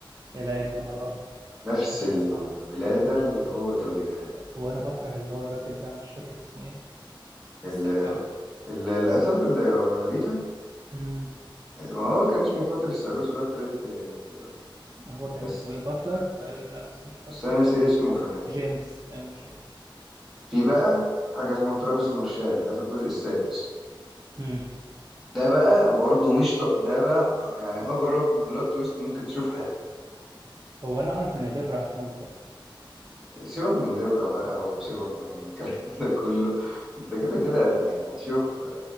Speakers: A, on the right; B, in the centre.
A: يلاقي ابنه على الارض
B: نفس
A: مشهد
B: الولادة
A: صعب اه
B: اللي هو اتولدها
A: وانا بكره اللي هو الراجل ده مش فاكر اسمه ايه
B: اللي
A: السفاح
B: اللي اللي قتله اللي ريتا
A: ده
B: اه كان اسمه قاتل الثالوث اللي هو الترنت كيلر
A: هو كان
B: بس
A: اسمه ايه باتلر تقريبا لا بس مش باتلر
B: بس أنا ناسي
A: اسمه
B: اسمه في الحقيقة
A: جيمس او جي
B: في بقى في حاجة اسمها ترافيس مارشال ده في الجزء السادس
A: مم.
B: ده بقى برضه مش ط... ده بقى يعني اغرب بلوت تويست ممكن تشوف في حياتك
A: هو انا اعرف ان دبرة هتموت برضه
B: سيبك من دبرة بقى وسيبك من الكلام <laughs> ده كله انت كده
A: مم.
B: كده هت- يعني هتشوف